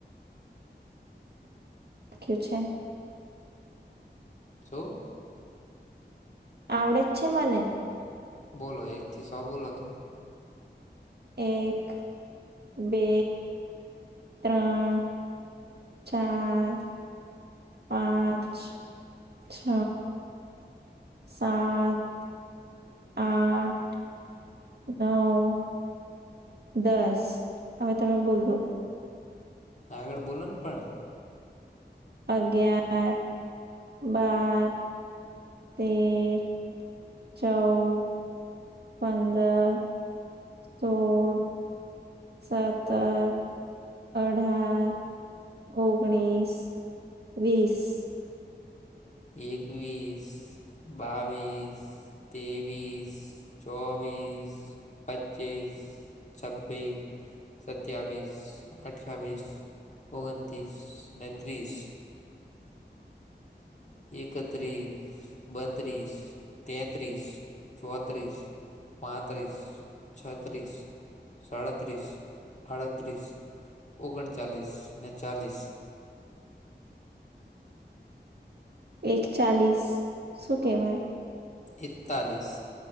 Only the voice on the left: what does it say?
શું.
બોલો એકથી સો બોલો તો.
આગળ બોલો ને પણ.
એકવીસ, બાવીસ. ત્રેવીસ, ચોવીસ, પચીસ. છબીસ. સત્યાવીસ, અઠવીસ, ઓગણતીસ, નેત્રીસ. એકત્રીસ, બત્રીસ, તેત્રીસ, ચોત્રીસ. પાંત્રીસ, છત્રીસ. સાડત્રીસ, આડત્રીસ, ઓગણચાલીસ, ને ચાલીસ.
એકતાલીસ.